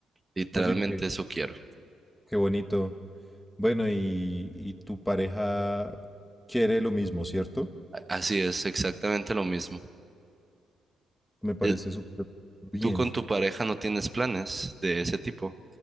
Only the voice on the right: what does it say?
Literalmente
eso quiero.
A- Así es, exactamente lo mismo.
Eh,
¿Tú con tu pareja no tienes planes de ese tipo?